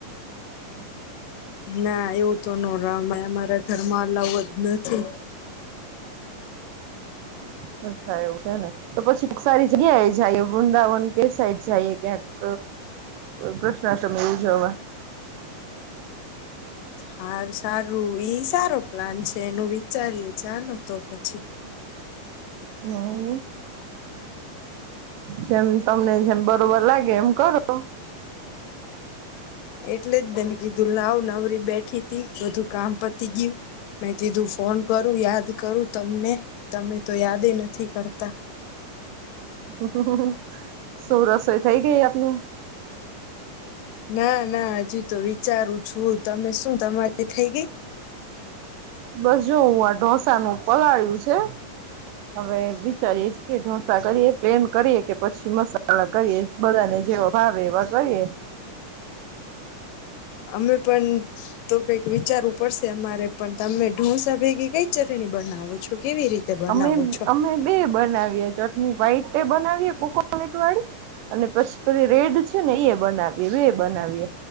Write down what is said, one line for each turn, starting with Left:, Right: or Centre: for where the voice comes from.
Right: <inaudible>
Left: ના એવું તો ન રમે અમારા ઘરમાં અલાવ જ નથી
Right: <inaudible> એવું છે ને તો પછી કોઈ સારી જગ્યા એ જાય વૃંદાવન કે સાઈડ જઈએ ક્યાંક કૃષ્ણાષ્ટમી ઉજવવા
Left: હાર સારું ઈ સારો પ્લાન છે એનું વિચારીએ ચાલો તો પછી
Right: હમ જેમ તમને જેમ બરોબર લાગે એમ કરો
Left: એટલે જ મેને કીધું લાવ નવરી બેઠી તી બધું કામ પતી ગયું મે કીધું ફોન કરું યાદ કરું તમને તમે તો યાદ નથી કરતા
Right: હ હ શું રસોઈ થઈ ગઈ આપને
Left: ના ના હજુ તો વિચારું છું તમે શું તમારી થઈ ગઈ
Right: બસ જો હું આ ઢોસા નું પલાળ્યું છે હવે વિચારીએ છે ઢોસા કરીએ પ્લેન કરીએ કે પછી મસાલા કરીએ બધાને જેવા ભાવે એવા કરીએ
Left: અમે પણ તો કઈક વિચારવું પડશે અમારે પણ તમે ઢોંસા ભેગી ગઈ ચરણી બનાવો છો કેવી રીતે બનાવો
Right: અમે
Left: છો
Right: અમે બે બનાવીએ ચટણી વ્હાઈટ બનાવીયએ કોકોનટ વાળી અને પેલી પછી રેડ છે ને એ બનાવીએ બે બનાવીએ